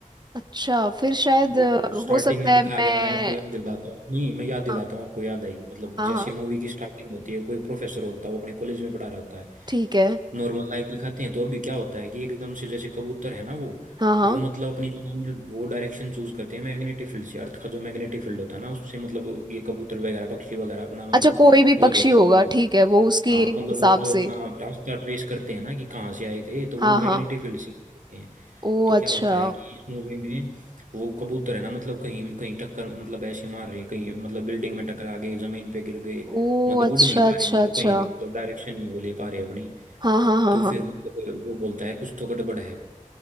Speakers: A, on the right; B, on the right.
A: अच्छा फिर शायद
B: वो
A: अ,
B: स्टार्टिंग
A: हो सकता
B: में
A: है
B: दिखाया
A: मैं
B: गया मैं आपको याद दिलाता हूँ नहीं मैं याद दिलाता
A: हाँ
B: हूँ आपको याद आएगी मतलब
A: हाँ
B: जैसे
A: हाँ,
B: मूवी की स्टार्टिंग होती है कोई प्रोफेसर होता है वो अपने कॉलेज में पढ़ा रहा होता है
A: ठीक है
B: नॉर्मल लाइफ दिखाते हैं तो अभी क्या होता है कि एकदम से जैसे कबूतर है ना वो
A: हाँ हाँ
B: वो मतलब अपनी जो normal- वो डायरेक्शन चूज करते हैं मैग्नेटिक फील्ड से अर्थ का जो मैग्नेटिक फील्ड होता है ना उससे मतलब ये कबूतर वगैरह पक्षी वगैरह अपना मतलब
A: अच्छा कोई भी
B: वो
A: पक्षी
B: देखते
A: होगा
B: हैं मतलब
A: ठीक है वो उसके
B: हाँ मतलब
A: हिसाब
B: वो जो अपना
A: से
B: रास्ता ट्रेस करते हैं ना कि कहाँ से आए थे तो वो
A: हाँ
B: मैग्नेटिक
A: हाँ
B: फील्ड से करते हैं
A: ओ
B: तो क्या
A: अच्छा
B: होता है कि इस मूवी में वो कबूतर है ना मतलब कहीं कहीं टक्कर मतलब ऐसे मार रहे कहीं मतलब बिल्डिंग में टकरा गए जमीन पे गिर गए
A: ओ
B: मतलब
A: अच्छा
B: उड़ नहीं पा
A: अच्छा
B: रहे मतलब
A: अच्छा
B: कहीं भी मतलब डायरेक्शन नहीं वो ले पा रहे अपनी
A: हाँ हाँ हाँ
B: तो
A: हाँ
B: फिर मतलब वो बोलता है कुछ तो गड़बड़ है